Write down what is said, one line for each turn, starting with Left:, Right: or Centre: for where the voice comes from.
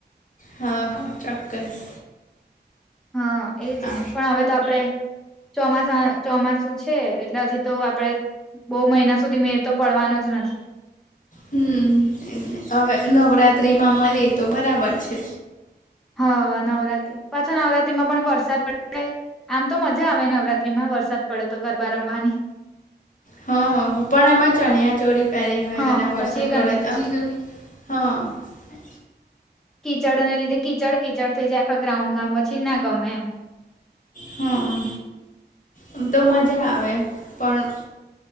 Left: હા હા ચોક્કસ.
Centre: હા એજ
Left: હા
Centre: ને. પણ હવે તો આપડે ચોમાસામાં ચોમાસું છે એટલે હજી તો આપડે બહુ મહિના સુધી મેડ તો પડવાનો જ નથી.
Left: હમ એજ ને. હવે નવરાત્રીમાં મલીએ તો બરાબર છે.
Centre: હહ નવરાત્રી પાછો નવરાત્રીમાં પણ વરસાદ <inaudible> આમ તો મજા આવે નવરાત્રીમાં વરસાદ પડે તો ગરબા રમવાની.
Left: હહ પણ એમાં ચણિયાચોળી પહેરી હોય
Centre: હા
Left: અને વરસાદ
Centre: પછી એ ગંદી
Left: પડે તો
Centre: થઈ
Left: આમ
Centre: જાય
Left: થોડું હહ
Centre: કીચડ ને લીધે કીચડ કીચડ થઈ જાય આખા ગ્રાઉન્ડમાં પછી ના ગમે એમ.
Left: હહ અ એમ તો મજા આવે. પણ